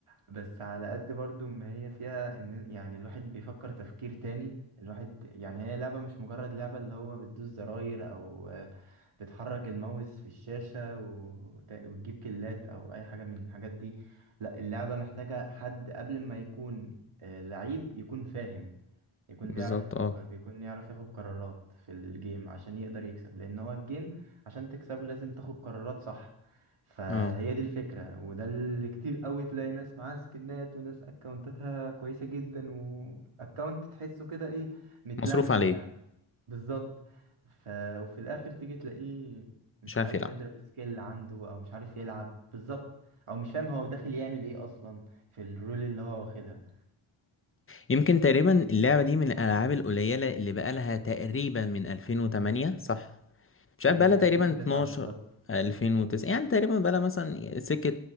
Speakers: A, on the right; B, on the left.
A: بس على قد برضو ما هي فيها ان يعني الواحد بيفكر تفكير تاني الواحد يعني هي لعبة مش مجرد لعبة اللي هو بتدوس زراير او آه، بتحرك الماوس في الشاشة وت- وتجيب كلات او اي حاجة من الحاجات دي لا اللعبة محتاجة حد قبل ما يكون آه، لعيب يكون فاهم يكون
B: بالظبط
A: بيعرف يفكر
B: اه
A: بيكون يعرف ياخد قرارات في الجيم عشان يقدر يكسب لان هو الجيم عشان تكسبه لازم تاخد قرارات صح فهي
B: اه
A: دي الفكرة وده اللي كتير قوي تلاقي ناس معاها سكنات وناس اكونتاتها كويسة جدا واكونت تحسه كده ايه متلمع
B: مصروف عليه
A: يعني بالظبط ف... وفي الاخر تيجي تلاقيه مش
B: مش عارف
A: عارف
B: يلعب
A: يضرب سكيل عنده او مش عارف يلعب بالظبط او مش فاهم هو داخل يعمل ايه اصلا في الرول اللي هو واخدها
B: يمكن تقريبا اللعبة دي من الالعاب القليلة اللي بقالها تقريبا من 2008 صح مش
A: يعني
B: عارف
A: من
B: بقالها تقريبا
A: 2009
B: 12
A: بالظبط
B: 2009 يعني تقريبا بقالها مثلا سكة